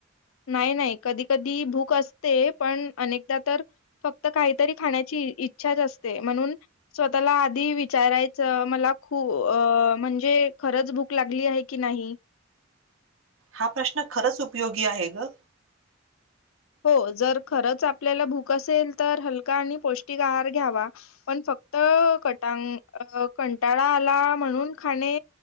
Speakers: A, on the left (about 85°); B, on the right (about 80°).
A: नाही, नाही, कधी, कधी भूक असते पण अनेकदा तर फक्त काहीतरी खाण्याची इच्छाच असते म्हणून स्वतःला आधी विचारायचं मला खू अ म्हणजे खरंच भूक लागली आहे की नाही?
B: हा प्रश्न खरंच उपयोगी आहे ग.
A: हो जर खरंच आपल्याला भूक असेल तर हलका आणि पौष्टिक आहार घ्यावा. पण फक्त कटांग अ कंटाळा आला म्हणून खाणे